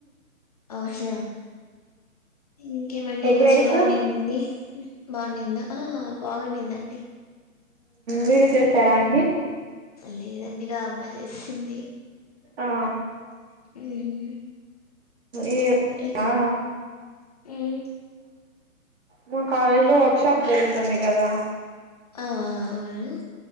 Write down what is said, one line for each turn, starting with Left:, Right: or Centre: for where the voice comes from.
Left: అవుస ఇంకేమండి
Right: ఎగ్
Left: ఈ రోజు
Right: రైస్
Left: ఎలా ఉన్నింది బాగుంనిందా
Right: మిరు చేసారా అండి
Left: లేదండి రా అమ్మ చేసింది
Right: ఆ
Left: మ్మ్
Right: ఏ
Left: ఈరోజు
Right: ఆ
Left: మ్మ్
Right: మా కాలేజ్ లో వర్క్ షాప్ జరుగుతుంది కదా
Left: ఆ అవును